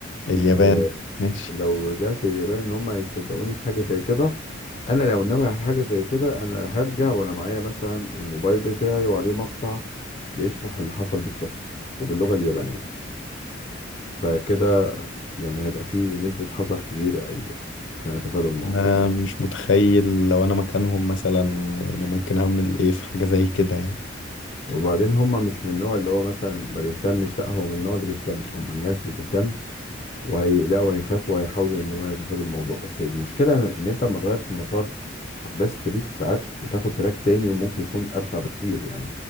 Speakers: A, on the left (about 70°); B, on the left (about 35°).
A: اليابان
B: آه،
A: ماشي
B: لو رجعت اليابان ان هم هيصدقوني في حاجه زي كده انا لو ناوي على حاجه زي كده انا هرجع وانا معايا مثلا الموبايل بتاعي وعليه مقطع بيشرح اللي حصل بالظبط وباللغه اليابانيه فكده يعني هيبقى فيه نسبه حذر كبيره قوي يعني عشان اتفادى الموضوع
A: انا مش متخيل لو انا مكانهم مثلا يعني ممكن اعمل ايه في حاجة زي كده يعني
B: وبعدين هم مش من النوع اللي هو مثلا ما بيهتمش لا هو من النوع اللي بيهتم هم الناس اللي بتهتم وهيقلقوا وهيخافوا وهيحاولوا ان هم يتفادوا الموضوع بس المشكله ان انت لما تغير في مسار احداث التاريخ ساعات بتاخد تراك تاني وممكن يكون ابشع بكتير يعني